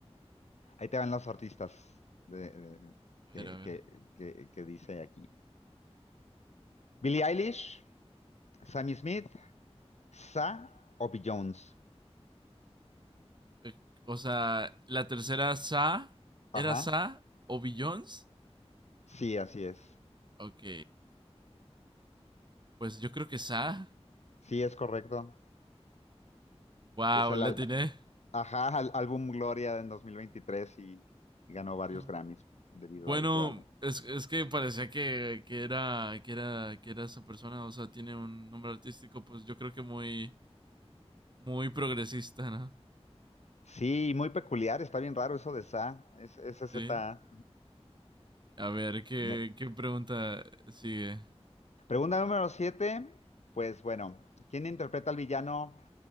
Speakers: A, on the left; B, on the right.
A: Ahí te van los artistas de- de- que,
B: A ver, a ver.
A: que- que- que dice aquí. Billie Eilish, Sammy Smith, Sa o Jones.
B: Eh, O sea, la tercera Sa,
A: Ajá.
B: ¿era Sa o Billions?
A: Sí, así es.
B: Ok, pues yo creo que Sa.
A: Sí, es correcto.
B: Wow,
A: Es el
B: la
A: al-
B: atiné.
A: ajá, al- álbum Gloria en 2023 y, y ganó varios
B: Mm,
A: Grammys debido
B: Bueno,
A: a ese álbum.
B: es, es que parecía que, que era, que era, que era esa persona, o sea, tiene un nombre artístico, pues yo creo que muy, muy progresista, ¿no?
A: Sí, muy peculiar, está bien raro eso de Sa, es, ese Z.
B: Sí.
A: A.
B: A ver, ¿qué,
A: Me-
B: qué pregunta sigue?
A: Pregunta número 7. pues bueno, ¿quién interpreta al villano